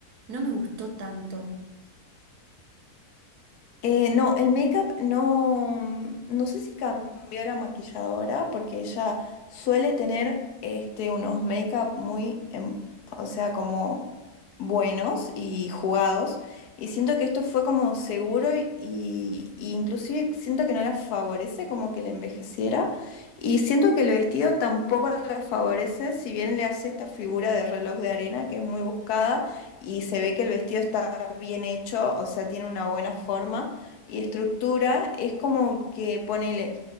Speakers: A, on the right; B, on the left.
A: no me gustó tanto.
B: Eh, no, el make-up no, mm, no sé si cambió la maquilladora porque ella suele tener este, unos make-up muy, em- o sea, como buenos y jugados. Y siento que esto fue como seguro y, y- y inclusive siento que no la favorece como que la envejeciera. Y siento que el vestido tampoco la favorece, si bien le hace esta figura de reloj de arena que es muy buscada y se ve que el vestido está bien hecho, o sea, tiene una buena forma y estructura es como que ponele